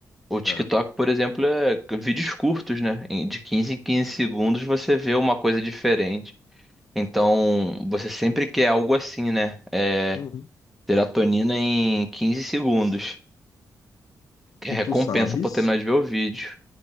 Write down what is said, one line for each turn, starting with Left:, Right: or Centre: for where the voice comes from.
Centre: o TikTok,
Left: é.
Centre: por exemplo, é vídeos curtos, né? Em- De 15 em 15 segundos você vê uma coisa diferente. Então, você sempre quer algo assim, né? É,
Left: Uhum.
Centre: serotonina em 15 segundos, que
Left: E
Centre: é recompensa
Left: tu sabes,
Centre: por terminar de ver o vídeo.